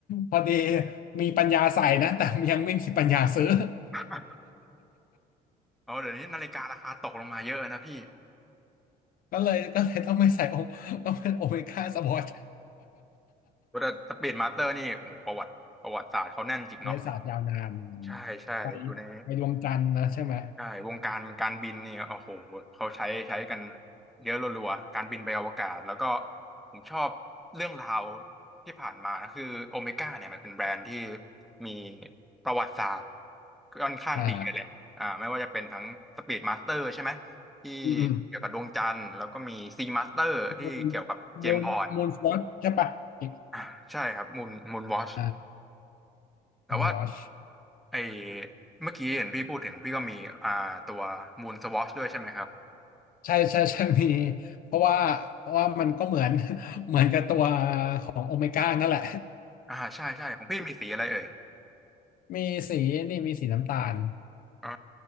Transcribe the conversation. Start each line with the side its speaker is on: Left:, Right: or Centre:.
Left: พอดีมีปัญญาใส่นะแต่ยังไม่มีปัญญาซื้อ
Centre: <laughs> เอาเดี๋ยวนี้นาฬิการาคาตกลงมาเยอะนะพี่
Left: ก็เลยก็เลยต้องไม่ใส่โอต้องเป็นโอเมก้าสปอร์ต
Centre: แต่สปีดมาสเตอร์นี่โหประวัติประวัติศาสตร์เขาแน่นจริงเนาะ
Left: <laughs> เลย <laughs> ศาสตร์ยาวนาน
Centre: ใช่ใช่อยู่ใน
Left: ไปไปดวงจันทร์นะใช่ไหม
Centre: ใช่วงการการบินเนี่ยโอ้โหเขาใช้ใช้กันเยอะรัวๆการบินไปอวกาศแล้วก็ผมชอบเรื่องราวที่ผ่านมาคือโอเมก้าเนี่ยมันเป็นแบรนด์ที่มีประวัติศาสตร์ค่อนข้างดีเลยแหละอ่าไม่ว่าจะเป็นทั้งสปีดมาสเตอร์ใช่ไหม
Left: อ่า
Centre: ที่
Left: อืมอืม
Centre: เกี่ยวกับดวงจันทร์แล้วก็มีซีมาสเตอร์ที่เกี่ยวกับเจมส์บอนด์
Left: มูนมูนมูนวอชใช่ปะอีก
Centre: อ่าใช่ครับมูนมูนวอช
Left: อ่า
Centre: แต่ว่า
Left: มูนวอช
Centre: ไอเมื่อกี้เห็นพี่พูดถึงพี่ก็มีอ่าตัวมูนสวอชด้วยใช่ไหมครับ
Left: ใช่ใช่ใช่มีเพราะว่าเพราะว่ามันก็เหมือน <laughs> เหมือนกับตัวของโอเมก้านั่นแหละ
Centre: อ่าใช่ใช่ของพี่มีสีอะไรเอ่ย
Left: <laughs> มีสีนี่มีสีน้ำตาล
Centre: อ่า